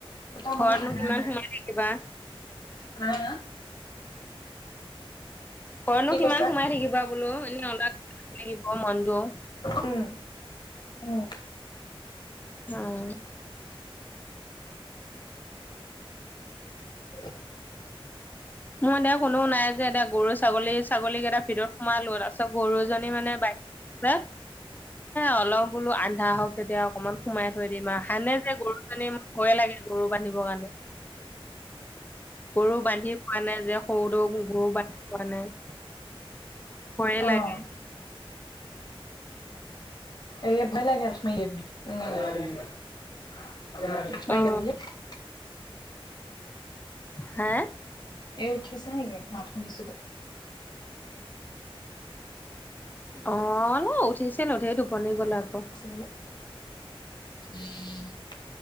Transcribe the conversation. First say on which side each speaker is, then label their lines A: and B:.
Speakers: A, on the left (about 50°); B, on the left (about 20°).
A: দুটা মানুহ
B: ঘৰতনো
A: থাকা
B: কিমান
A: যায়।
B: সোমাই থাকিবা
A: হা হা?
B: ঘৰতনো
A: কি
B: কিমান
A: কৈছে
B: সোমাই থাকিবা বোলো, এনে ওলাই গলে ভাল লাগিব মনটো।
A: উম, উম।
B: অ আঁ।
A: <inaudible>
B: মোৰ এতিয়া কোনো নাই যে এটিয়া গৰু ছাগলী ছাগলীক কেইটাক ভিতৰত সোমালো তাৰপিছত গৰুজনী মানে বাহি তে অলপ বোলো আন্ধাৰ হওঁক। তেতিয়া অকমান সোমাই থৈ দিম আৰু আহা নাই যে গৰুজনী। ভই লাগে গৰু বান্ধিবৰ কাৰণে, গৰু বান্ধি পোৱা নাই যে সৰুটো গৰু বান্ধি পোৱা নাই। ভয়ে
A: আঁহ।
B: লাগে
A: <unintelligible> <unintelligible>
B: অ হে?
A: এ উঠিছে নেকি মাত শুনিছিলো?
B: অঁ, ন' উঠিছিল উঠিয়ে টোপনি গ'ল আকৌ।
A: <inaudible>